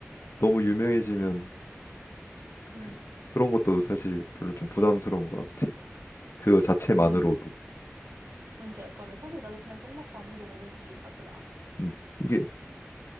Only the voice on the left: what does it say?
너무 유명해지면,
그, 그런 것도 사실 별로 좀 부담스러운 것 같아. 그 자체만으로도.
음. 이게